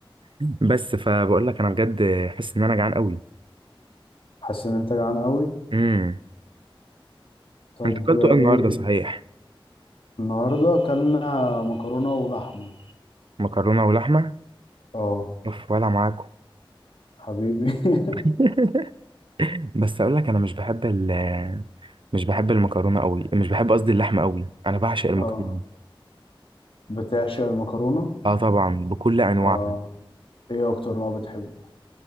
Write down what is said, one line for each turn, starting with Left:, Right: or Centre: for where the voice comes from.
Right: بس فبقول لك انا بجد حاسس ان انا جعان قوي
Left: حاسس ان انت جعان قوي
Right: امم
Left: طب
Right: انت اكلتوا
Left: ايه
Right: ايه النهارده صحيح
Left: النهارده اكلنا مكرونه ولحمه
Right: مكرونه ولحمه
Left: اه
Right: اوف ولا معاكم
Left: حبيبي <laughs>
Right: <laughs> بس اقول لك انا مش بحب ال مش بحب المكرونه قوي مش بحب قصدي اللحمه قوي انا بعشق المكرونه
Left: اه بتعشق المكرونه
Right: اه طبعا بكل انواعها
Left: اه ايه اكتر نوع بتحبه